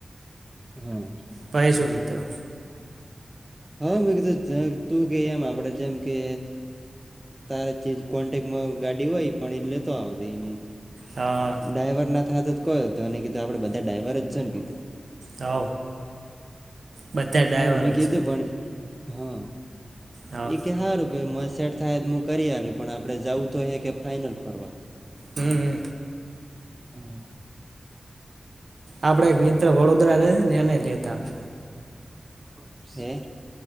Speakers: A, on the right; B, on the right.
A: હમ.
B: પહી શું કીધું
A: હા, મેં કીધ તું કે એમ આપડે જેમ કે તારા જે કોન્ટેક્ટમાં ગાડી હોય પણ એ લેતો આવજે નહી.
B: હા
A: ડાઈવરના થ તો જ કોઈ હતો કીધું આપડે બધા ડાઈવર જ છે ને કીધું.
B: હ, બધા ડ્રાઈવર
A: હવ મેં
B: જ
A: કીધું
B: છે.
A: પણ હા
B: હા
A: એ કે હારું કે એમા સેટ થાય. કરી આલ્યું પણ આપડે જવું તો હે કે ફાાઈનલ ફરવા.
B: હમ
A: હમ.
B: આપડે એક મિત્ર વડોદરા રહે છે ને એને લેતા આવજો.
A: <unintelligible>